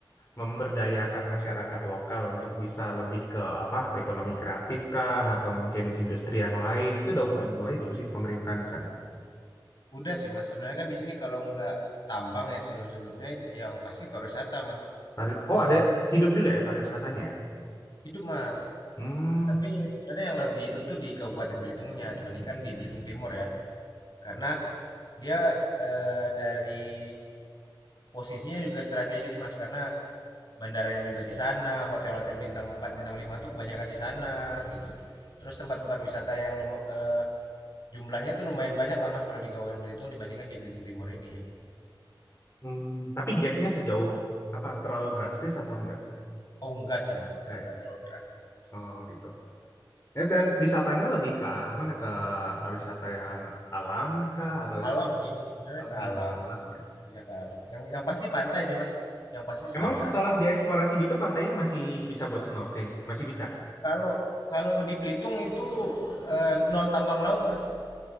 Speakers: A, on the left (about 35°); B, on the left (about 50°).
A: memberdayakan masyarakat lokal untuk bisa lebih ke apa ekonomi kreatif kah atau mungkin industri yang lain itu udah udah mulai belum sih pemerintahan di sana?
B: Udah sih Mas, sebenarnya kan di sini kalau nggak tambang ya sebelum-sebelumnya itu yang pasti pariwisata Mas.
A: Pari- Oh ada hidup juga ya pariwisatanya ya?
B: Hidup Mas.
A: Hmm,
B: Tapi sebenarnya yang lebih hidup tuh di Kabupaten Belitungnya dibandingkan di Belitung Timur ya. Karena dia, eee, dari posisinya juga strategis, Mas, karena bandaranya juga di sana, hotel-hotel bintang 4 bintang 5 tuh kebanyakan di sana gitu. Terus tempat-tempat wisata yang luma eee, jumlahnya tuh lumayan banyak lah, Mas, kalau di Kabupaten Belitung dibandingkan di Belitung Timur ini.
A: hmm. Tapi gapnya sejauh apa terlalu drastis atau enggak?
B: Oh enggak sih, Mas, enggak
A: Enggak
B: enggak
A: ya?
B: terlalu drastis.
A: Oh gitu. Eh, dan wisatanya lebih ke arah mana ke wisata yang alam kah atau i-
B: Alam sih, Mas, sebenarnya
A: lebih
B: ke alam,
A: ke alam ya?
B: wisata alam. Yang yang pasti pantai sih, Mas, yang pasti sih
A: Emang
B: pantai.
A: setelah dieksplorasi gitu pantainya masih bisa buat snorkeling? Masih bisa?
B: Kalau kalau di Belitung itu, eee, nol tambang laut, Mas.